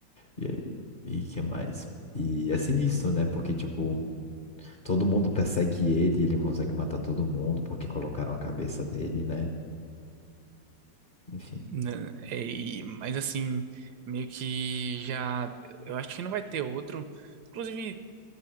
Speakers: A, on the left; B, on the right.
A: E, e que mais? E é sinistro, né? Porque, tipo, Todo mundo persegue ele, ele consegue matar todo mundo porque colocaram a cabeça dele, né? Enfim.
B: Né, é, e- mas assim, meio que já. Eu acho que não vai ter outro. Inclusive,